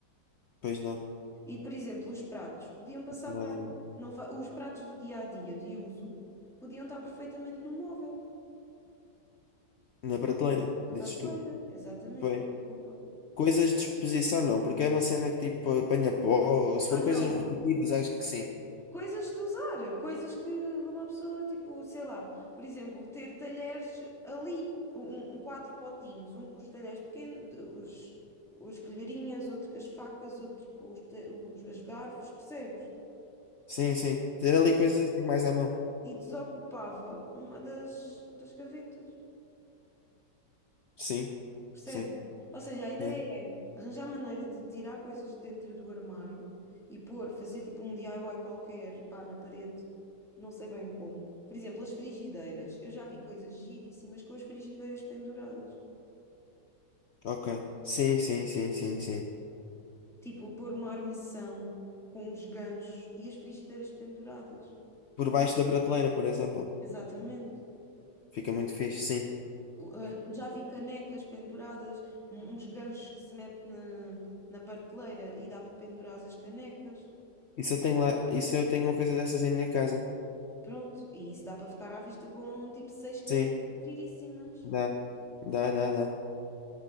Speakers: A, on the left (about 60°); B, in the centre.
A: Pois não.
B: E, por exemplo, os pratos podiam passar
A: Nada.
B: para. Não, fa- os pratos do dia a dia de uso podiam estar perfeitamente no móvel,
A: Na prateleira,
B: na
A: dizes
B: prateleira,
A: tu.
B: exatamente.
A: Pois.
B: Opa.
A: Coisas de exposição não, porque é uma cena que tipo apanha pó. Se
B: Ah,
A: for
B: não.
A: coisas rotativas, acho que sim.
B: Coisas de usar, coisas que uma pessoa, tipo, sei lá, por exemplo, ter talheres ali, um, um- um quatro potinhos, um com os talheres pequenos, os, os colherinhas, outro com as facas, outro com os, ta- os- as garfos, percebes?
A: Sim, sim. Ter ali coisas assim mais à mão.
B: e desocupava uma das, das gavetas.
A: Sim,
B: Percebe?
A: sim.
B: Ou seja, a ideia
A: yeah,
B: é arranjar maneira de tirar coisas de dentro do armário e pôr, fazer tipo um DIY qualquer, pá, na parede, não sei bem como. Por exemplo, as frigideiras. Eu já vi coisas giríssimas com as frigideiras penduradas.
A: Ok. Sim, sim, sim, sim, sim.
B: Tipo, pôr uma armação com uns ganchos e as frigideiras penduradas.
A: Por baixo da prateleira, por exemplo.
B: Exatamente.
A: Fica muito fixe, sim.
B: Uh, uh, Já vi canecas penduradas, um- uns ganchos que se mete na, na prateleira e dá para pendurar as canecas.
A: Isso eu tenho lá, isso eu tenho uma coisa dessas em minha casa.
B: Pronto, e isso dá para ficar à vista com tipo seis canecas
A: Sim,
B: giríssimas.
A: dá. Dá, dá, dá.